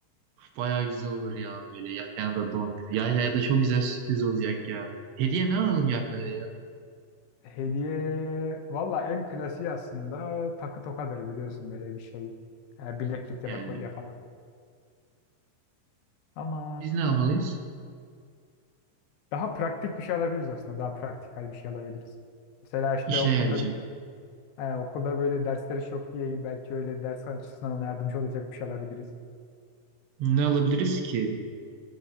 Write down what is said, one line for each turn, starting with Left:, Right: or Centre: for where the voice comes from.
Right: Bayağı güzel olur ya böyle Yahya'nın da doğum günü. Yahya'ya da çok güzel sürpriz olacak ya. Hediye ne alalım Yahya'ya ya?
Left: Hediye valla en klasiği aslında takı tokadır biliyorsun böyle bir şey. E, bileklik ya
Right: Yani
Left: da kolye falan. Ama
Right: biz ne almalıyız?
Left: Daha praktik bir şey alabiliriz aslında. Daha praktikal bir şey alabiliriz. Mesela işte
Right: İşine
Left: okulda
Right: yarayacak.
Left: he, okulda böyle dersleri çok iyi değil. Belki öyle ders açısından ona yardımcı olacak bir şey alabiliriz.
Right: Ne alabiliriz ki?